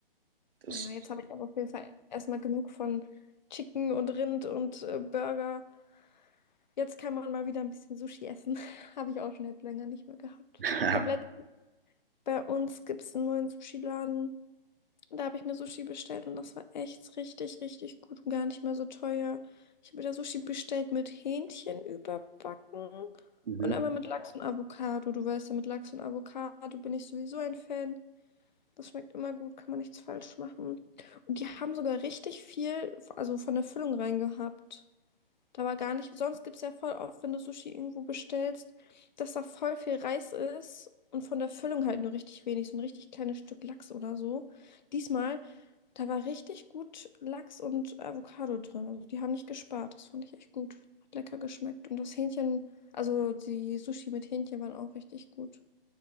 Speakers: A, on the right (about 70°); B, on the left (about 50°).
A: Das,
B: Naja, jetzt
A: <laughs>
B: habe ich aber auf jeden Fall erstmal genug von Chicken und Rind und äh, Burger. Jetzt kann man mal wieder ein bisschen Sushi essen. <laughs> Habe ich auch schon jetzt länger nicht mehr gehabt.
A: ja.
B: Ich habe letztens bei uns gibt es einen neuen Sushi-Laden. Und Da habe ich mir Sushi bestellt und das war echt richtig, richtig gut und gar nicht mehr so teuer. Ich habe mir da Sushi bestellt mit Hähnchen überbacken
A: Mhm.
B: und einmal mit Lachs und Avocado. Du weißt ja, mit Lachs und Avocado bin ich sowieso ein Fan. Das schmeckt immer gut, kann man nichts falsch machen. Und die haben sogar richtig viel, also von der Füllung rein gehabt. Da war gar nicht. Sonst gibt es ja voll oft, wenn du Sushi irgendwo bestellst, dass da voll viel Reis ist und von der Füllung halt nur richtig wenig, so ein richtig kleines Stück Lachs oder so. Diesmal, da war richtig gut Lachs und Avocado drin. Also die haben nicht gespart. Das fand ich echt gut. Hat lecker geschmeckt. Und das Hähnchen, also die Sushi mit Hähnchen waren auch richtig gut.